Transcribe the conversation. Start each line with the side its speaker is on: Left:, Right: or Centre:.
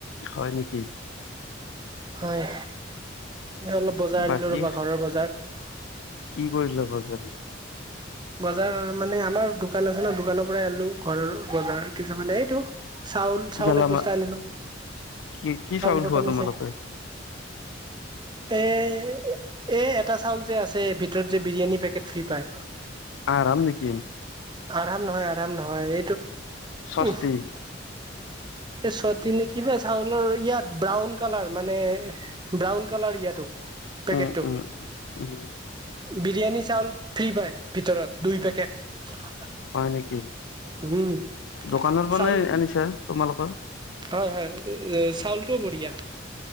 Left: হয় নেকি।
Right: হয়, এ অলপ বজাৰ
Left: বাকী
Right: আনিলো ৰবা ঘৰৰ বজাৰ।
Left: কি কৰিলা বজাৰ।
Right: বজাৰ মানে আমাৰ দোকান আছে ন দোকানৰ পৰাই আনিলো ঘৰৰ বজাৰ কিছুমান এইটো, চাউল চাউল
Left: গেলামা
Right: এক বস্তা আনিলো।
Left: কি কি চাউল
Right: খতম
Left: খোৱা
Right: হৈছে
Left: তোমালোকে?
Right: <inaudible> এহ, এহ এটা চাউল যে আছে, ভিতৰত যে বিৰিয়ানী পেকেট ফ্ৰী পায়।
Left: আৰাম নেকি
Right: আৰাম নহয় আৰাম নহয়।
Left: ষষ্ঠি
Right: এইটো এ ছটি নে কিবা চাউলৰ ইয়াত ব্ৰাউন কালাৰ মানে ব্ৰাউন কালাৰ ইয়াতো। পেকেটো।
Left: উম উম উম।
Right: বিৰিয়ানী চাউল ফ্ৰী পায়। ভিতৰত দুই পেকেট।
Left: হয় নেকি,
Right: উম
Left: দোকানৰ পৰা
Right: চাউল
Left: নে আনিছা তোমালোকৰ
Right: হয় হয়। চাউলটো বঢ়িয়া।